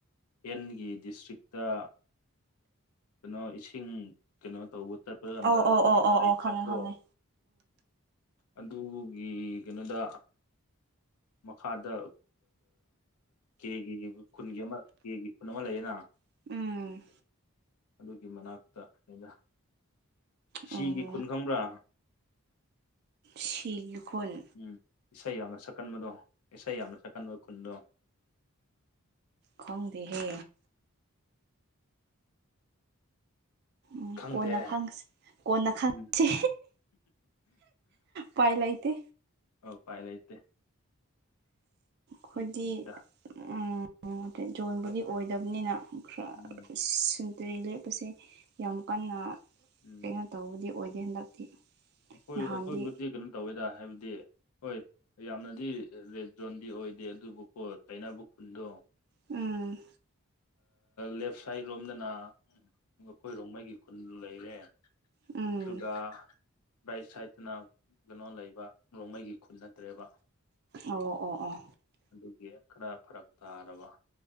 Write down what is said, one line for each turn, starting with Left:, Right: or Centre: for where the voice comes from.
Left: ꯑꯦꯟꯒꯤ ꯗꯤꯁꯇ꯭ꯔꯤꯛꯇ ꯀꯩꯅꯣ ꯏꯁꯤꯡ ꯀꯩꯅꯣ ꯇꯧꯕ ꯆꯠꯄ ꯀꯥꯟꯗ
Right: ꯑꯣ ꯑꯣ
Left: ꯃꯤ
Right: ꯑꯣ
Left: ꯑꯃ
Right: ꯑꯣ
Left: ꯂꯩꯒꯦ
Right: ꯑꯣ ꯈꯪꯉꯦ
Left: ꯍꯥꯏꯕꯗꯣ
Right: ꯈꯪꯉꯦ
Left: ꯑꯗꯨꯒꯤ ꯀꯩꯅꯣꯗ ꯃꯈꯥꯗ ꯀꯦꯒꯤ ꯈꯨꯟꯒꯤ ꯑꯃ ꯀꯦꯒꯤ ꯈꯨꯟ ꯑꯃ ꯂꯩꯌꯦꯅ
Right: ꯎꯝ
Left: ꯑꯗꯨꯒꯤ ꯃꯅꯥꯛꯇ ꯑꯩꯅ ꯁꯤꯒꯤ
Right: ꯎꯝ ꯑꯣ
Left: ꯈꯨꯟ ꯈꯪꯕ꯭ꯔꯥ
Right: ꯁꯤꯈꯣꯟ
Left: ꯎꯝ ꯏꯁꯩ ꯌꯥꯝꯅ ꯁꯛꯀꯟꯕꯗꯣ ꯏꯁꯩ ꯌꯥꯝꯅ ꯁꯛꯀꯟꯕ ꯈꯨꯟꯗꯣ
Right: ꯈꯪꯗꯦꯍꯦ ꯎꯝ
Left: ꯈꯪꯗꯦ
Right: ꯀꯣꯟꯅ ꯈꯪꯁꯤ ꯀꯅꯅ ꯈꯪꯦ
Left: ꯎꯝ
Right: ꯄꯥꯏ ꯂ ꯏꯇꯦ
Left: ꯑꯣ ꯄꯥꯏ ꯂꯩ ꯏꯇꯦ
Right: ꯑꯩꯈꯣꯏꯗꯤ
Left: ꯈꯨꯟꯗ
Right: ꯖꯣꯟꯕꯨꯗꯤ ꯑꯣꯏꯗꯕꯅꯤꯅ ꯈꯔ
Left: ꯎꯝ
Right: ꯁꯨꯟꯇꯔꯦ ꯂꯦꯞꯄꯁꯦ ꯌꯥꯝ ꯀꯟꯅ
Left: ꯎꯝ
Right: ꯀꯩꯅꯣ ꯇꯧꯕꯗꯤ ꯑꯣꯏꯗꯦ ꯍꯟꯗꯛꯇꯤ
Left: ꯑꯩꯈꯣꯏ
Right: ꯅꯍꯥꯟꯗꯤ
Left: ꯑꯩꯈꯣꯏꯕꯨꯗꯤ ꯀꯩꯅꯣ ꯇꯧꯋꯦꯗ ꯍꯥꯏꯕꯗꯤ ꯍꯣꯏ ꯌꯥꯝꯅꯗꯤ ꯔꯦꯠ ꯖꯣꯟꯗꯤ ꯑꯣꯏꯗꯦ ꯑꯗꯨꯕꯨꯀꯣ ꯇꯩꯅꯕ ꯈꯨꯟꯗꯣ
Right: ꯎꯝ
Left: ꯂꯦꯐ ꯁꯥꯏꯠ ꯔꯣꯝꯗꯅꯈꯣꯏꯔꯣꯡꯃꯩꯒꯤ ꯈꯨꯟ ꯂꯩꯔꯦ
Right: ꯎꯝ
Left: ꯑꯗꯨꯒ ꯔꯥꯏꯠ ꯁꯥꯏꯠꯇꯅ ꯀꯩꯅꯣ ꯂꯩꯕ ꯅꯣꯡꯃꯩꯒꯤ ꯈꯨꯜ ꯅꯠꯇ꯭ꯔꯦꯕ
Right: ꯑꯣ ꯑꯣ ꯑꯣ
Left: ꯑꯗꯨꯒꯤ ꯈꯔ ꯐꯔꯛ ꯇꯥꯔꯕ